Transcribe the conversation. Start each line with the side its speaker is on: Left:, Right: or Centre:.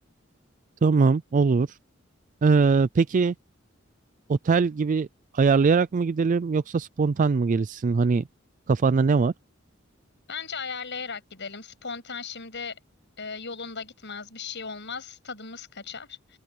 Right: Tamam olur. Eee, peki otel gibi ayarlayarak mı gidelim yoksa spontan mı gelişsin? Hani kafanda ne var?
Left: Bence ayarlayarak gidelim. Spontan şimdi e, yolunda gitmez, bir şey olmaz, tadımız kaçar.